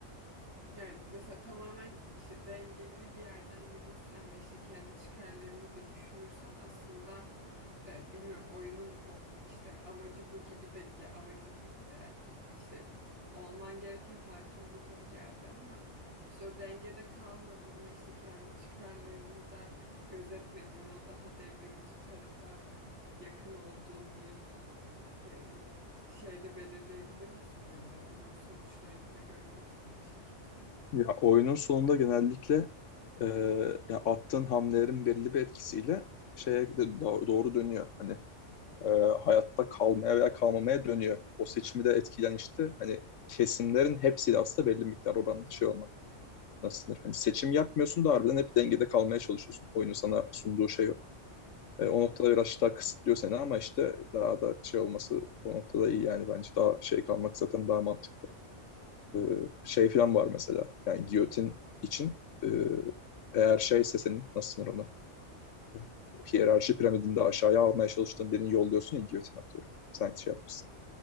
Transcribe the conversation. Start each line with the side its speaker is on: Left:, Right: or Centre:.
Right: yani mesela tamamen işte dengeli bir yerden yürürsen ve işte kendi çıkarlarını da düşünürsen aslında e, bilmiyorum oyunun o işte amacı bu gibi de ya amacı değil de işte olman gereken hakim bu gibi geldi ama işte o dengede kalmadığın ve işte kendi çıkarlarını da gözetmediğin ve o daha devrimci tarafa yakın olduğun bir e, şeyde belirleyebiliyor musun oyunda ya da bunun sonuçlarını da görüyor musun bir şekilde?
Left: Ya oyunun sonunda genellikle e, ya attığın hamlelerin belli bir etkisiyle şeye de do- doğru, dönüyor. Hani e, hayatta kalmaya veya kalmamaya dönüyor. O seçimi de etkilen işte hani kesimlerin hepsiyle aslında belli miktar oranda şey olmak. nasıl denir? Hani seçim yapmıyorsun da harbiden hep dengede kalmaya çalışıyorsun. Oyunun sana sunduğu şey o. E, o noktada biraz daha kısıtlıyor seni ama işte daha da şey olması o noktada iyi yani bence daha şey kalmak zaten daha mantıklı. E, şey falan var mesela yani giyotin için e, eğer şeyse senin nasıl denir ona? E, hiyerarşi piramidinde aşağıya almaya çalıştığın birini yolluyorsun ya giyotin atıyorum. Sen şey yapmışsın.